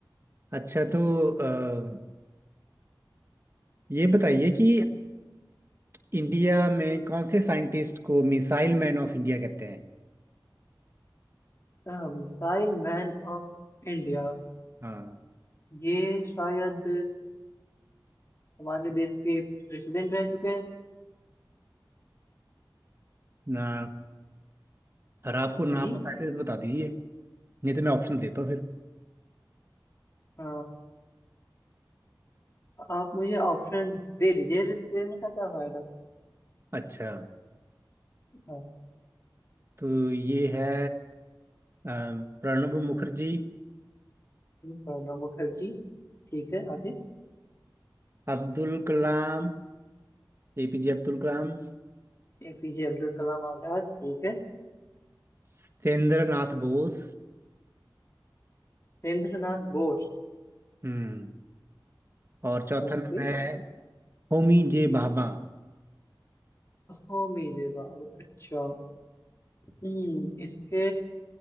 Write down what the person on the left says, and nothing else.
अ, मिसाइल मैन ऑफ इंडिया
ये शायद हमारे देश के प्रेसिडेंट रह चुके हैं
नहीं
अ, आप मुझे ऑप्शन दे दीजिए रिस्क लेने का क्या फायदा
हाँ
प्रणब मुखर्जी ठीक है आगे
एपीजे अब्दुल कलाम आजाद ठीक है
सत्येंद्रनाथ बोस
ओके
होमी जवाब अच्छा हम्म इसके